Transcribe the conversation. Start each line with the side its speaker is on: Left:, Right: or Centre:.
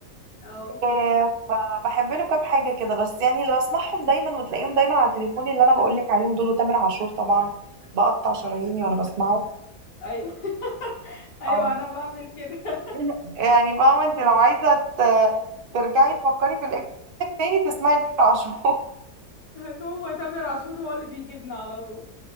Left: اه
Right: آه، فبحب له كام حاجة كده بس يعني اللي بسمعهم دايما وتلاقيهم دايما على تليفوني اللي أنا بقولك عليهم دول وتامر عاشور طبعا بقطع شراييني وأنا بسمعه
Left: ايوه <laughs> ايوه
Right: أو
Left: انا بعمل كده
Right: <laughs> يعني فاهمة أنت لو عايزة ت- ترجعي تفكري في الإكس تاني تسمعي تامر عاشور
Left: <laughs> هو تامر عاشور هو اللي بيجيبنا على طول